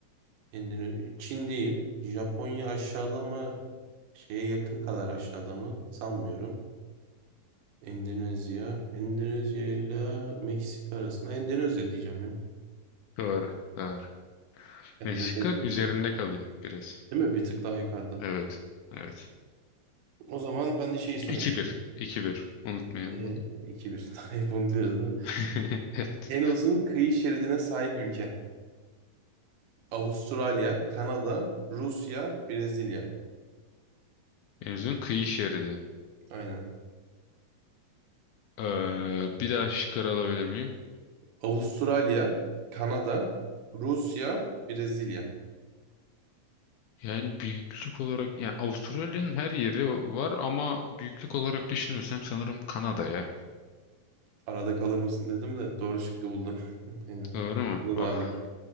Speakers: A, on the right; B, on the left.
A: Endone- Çin değil. Japonya aşağıda ama şeye yakın kadar aşağıda mı? Sanmıyorum. Endonezya. Endonezya ile Meksika arasında Endonezya diyeceğim ya.
B: Doğru, doğru.
A: Kendimi
B: Meksika
A: tebrik ediyorum.
B: üzerinde kalıyor biraz.
A: Değil mi? Bir tık daha yukarıda.
B: Evet, evet.
A: O zaman ben de şeyi sorayım
B: 2
A: sana.
B: bir, iki bir. Unutmayalım
A: Ee,
B: onu.
A: 2-1. <laughs> Hep unutuyoruz değil mi?
B: <laughs> Evet.
A: En uzun kıyı şeridine sahip ülke. Avustralya, Kanada, Rusya, Brezilya.
B: En uzun kıyı şeridi.
A: Aynen.
B: Ee, bir daha şıkları alabilir miyim?
A: Avustralya, Kanada, Rusya, Brezilya.
B: Yani büyüklük olarak yani Avustralya'nın her yeri var ama büyüklük olarak düşünürsem sanırım Kanada ya.
A: Arada kalır mısın dedim de doğru şıkkı buldum. <laughs> Aynen.
B: Doğru mu?
A: Bu
B: Oh
A: da abi.